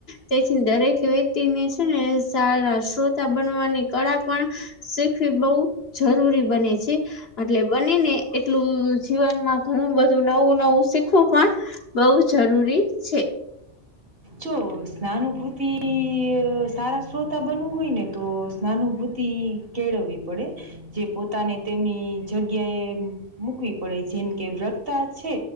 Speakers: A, on the left (about 55°); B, on the right (about 50°).
A: તેથીન દરેક વ્યક્તિને છે ને સારા શ્રોતા બનવાની કળા પણ શીખવી બઉ જરૂરી બને છે. એટલે બને ને એટલું જીવનમાં ઘણું બધું નવું-નવું શીખવું પણ બહું જરૂરી છે.
B: જો સ્નાનુભૂતિ સારા શ્રોતા બનવું હોય ને તો સ્નાનુભૂતિ કેળવવી પડે. જે પોતાને તેની જગ્યા એ મૂકવી પડે. જેમ કે વ્રતા છે